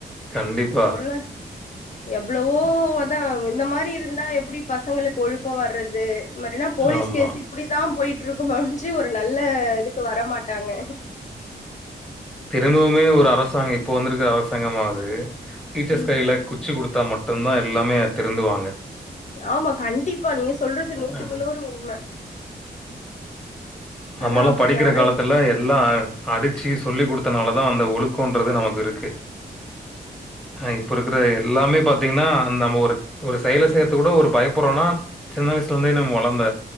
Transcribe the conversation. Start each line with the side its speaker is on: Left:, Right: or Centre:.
Centre: கண்டிப்பா.
Left: <unintelligible>
Centre: <unintelligible>
Left: எவ்வளவோ அதான் இந்த மாரி இருந்தா எப்படி பசங்களுக்கு ஒழுக்கம் வர்றது மாரினா போலீஸ்
Centre: ஆமா.
Left: கேஸ் இப்படிதான் போயிட்டு இருக்கும் ஒரு நல்ல இதுக்கு வர மாட்டாங்க
Centre: திரும்பவுமே ஒரு அரசாங்கம் இப்போ வந்திருக்கிற அரசாங்கமாவது டீச்சர்ஸ்
Left: ம்
Centre: கையில குச்சி கொடுத்தா மட்டும்தான் எல்லாமே திரிந்துவாங்க
Left: ஆமா கண்டிப்பா நீங்க சொல்றது நூத்துக்கு
Centre: அ
Left: நூறு உண்மை
Centre: நம்மல்லாம்
Left: ஆனா அப்டி
Centre: படிக்கிற
Left: யாரு
Centre: காலத்துல எல்லா அடிச்சு சொல்லிக் கொடுத்தனால தான் அந்த ஒழுக்கன்றது நமக்கு இருக்கு அஹ் இப்ப இருக்கிற எல்லாமே பாத் தீங்கன்னா நம்ம ஒரு செயலை செய்றதுக்கு கூட ஒரு பயப்பறோம்னா சின்ன வயசுல இருந்தே நம்ம வளந்த